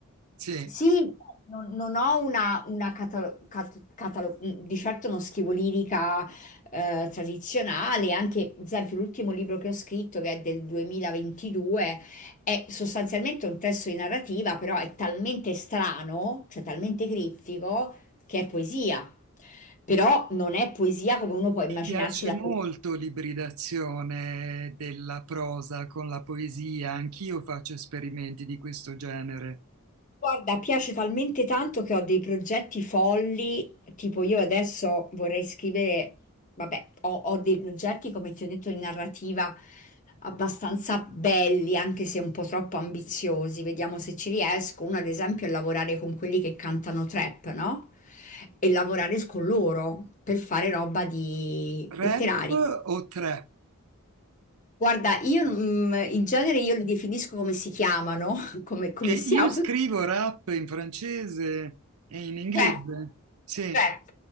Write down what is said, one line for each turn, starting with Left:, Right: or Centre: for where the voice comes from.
Right: sì.
Left: Sì, non, non ho una, una catalo- cat- catalo- mhmm, di certo uno schivo lirica eh, tradizionale, anche ad esempio l'ultimo libro che ho scritto, che è del 2022, è sostanzialmente un testo di narrativa, però è talmente strano, cioè talmente criptico, che è poesia. Però non è poesia come uno può immaginarsi
Right: Mi piace
Left: la
Right: molto
Left: poesia
Right: l'ibridazione della prosa con la poesia, anch'io faccio esperimenti di questo genere.
Left: Guarda, piace talmente tanto che ho dei progetti folli, tipo io adesso vorrei scrivere, vabbè, ho, ho dei progetti, come ti ho detto, di narrativa abbastanza belli, anche se un po' troppo ambiziosi, vediamo se ci riesco. Uno, ad esempio, è lavorare con quelli che cantano trap, no? E lavorare con loro per fare roba di
Right: Rap
Left: letteraria.
Right: o trap?
Left: Guarda, io mm, in genere io li definisco come si chiamano, <laughs> come, come
Right: Che io
Left: si auto.
Right: scrivo rap in francese e in inglese,
Left: Trap,
Right: sì,
Left: trap,